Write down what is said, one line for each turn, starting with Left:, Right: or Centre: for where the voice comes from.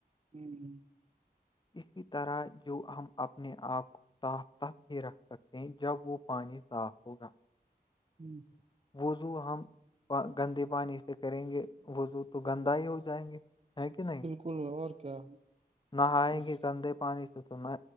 Right: ہمم
Left: اسی طرح جو ہم اپنے آپ کو صاف تک ہی رکھ سکتے ہیں جب وہ پانی صاف ہوگا
Right: ہمم
Left: وضو ہم گندے پانی سے کریں گے وزوں تو گندا ہی ہو جائیں گے ہے کہ نہیں
Right: کل اور کیا
Left: نہائیں
Right: بس
Left: گے گندے پانی سے تو نہ